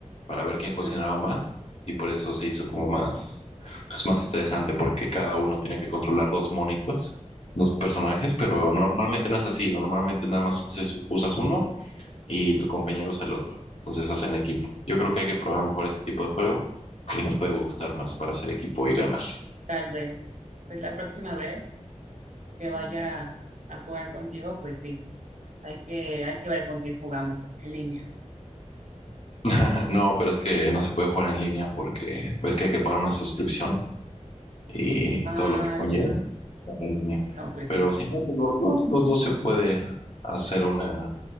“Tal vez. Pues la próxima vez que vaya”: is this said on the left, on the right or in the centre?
Right